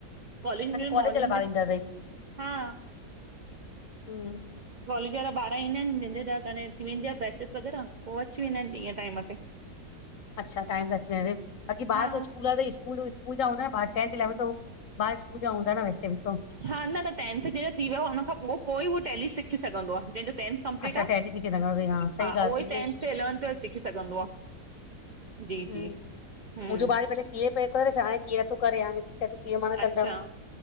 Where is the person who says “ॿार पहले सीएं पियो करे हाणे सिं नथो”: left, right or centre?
Left